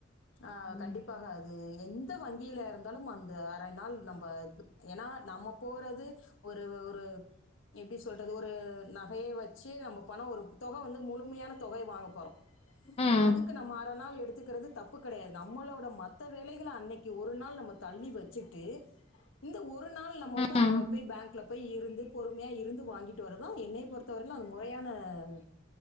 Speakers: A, on the left; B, on the left.
A: ஆ
B: ம்
A: கண்டிப்பாக அது எந்த வங்கியில இருந்தாலும் அந்த அரை நாள் நம்ப திருப் ஏனா நம்ம போறது ஒரு ஒரு எப்படி சொல்றது ஒரு நா நகைய வச்சு நம்ப பணம் ஒரு தொக வந்து முழுமையான தொகை வாங்க போறோ
B: ம்
A: அதுக்கு நம்ம அர நாள் எடுத் கத்துக்கறது தப்பு கெடையாது நம்மளோட மத்த வேலைகள அன்னைக்கி ஒரு நாள் நம்ம தள்ளி வச்சிட்டு இந்த ஒரு நாள் நம்ம
B: ம்,
A: வந்து அங்க போய் பேங்க்ல போய் இருந்து பொறுமையா இருந்து வாங்கிட்டு வரதுதா என்னய பொறுத்தவரையிலு அது மொறையான ம்